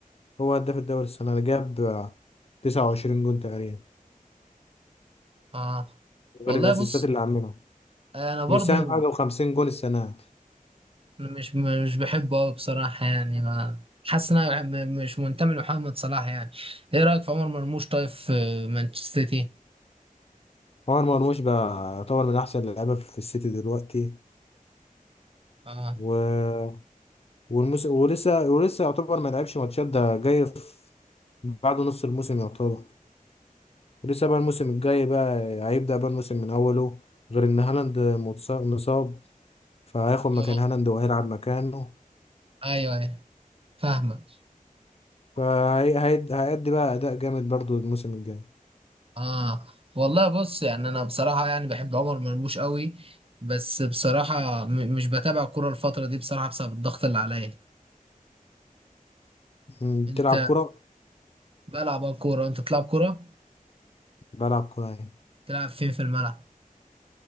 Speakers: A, on the left; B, on the right.
A: هو هداف الدوري السنة دي جاب 29 جون تقريبا
B: آه والله
A: غير الأسيستات
B: بص
A: اللي عاملها
B: أنا برضو
A: مساهم في حاجة وخمسين جون السنة
B: مش مش بحبه أوي بصراحة يعني ما حاسس إن أنا م- مش منتمي لمحمد صلاح يعني إيه رأيك في عمر مرموش طيب في مانشستر سيتي؟
A: عمر مرموش بقى يعتبر من أحسن اللعيبة في السيتي دلوقتي
B: اه
A: و... والمس... ولسه ولسه يعتبر ما لعبش ماتشات ده جاي في... بعد نص الموسم يعتبر ولسه بقى الموسم الجاي بقى هيبدأ بقى الموسم من أوله غير إن هالاند متص- مصاب فهياخد مكان
B: اه
A: هالاند وهيلعب مكانه
B: ايوه ايوه فاهمه
A: فهيأدي هي... هي- هيأدي بقى أداء جامد برضو الموسم الجاي
B: اه والله بص يعني انا بصراحه يعني بحب عمر مرموش قوي بس بصراحه م- مش بتابع كوره الفتره دي بصراحه بسبب الضغط اللي عليا
A: م، بتلعب
B: انت
A: كرة؟
B: بلعب اه كوره انت تلعب كوره
A: بلعب كرة يعني
B: تلعب فين في الملعب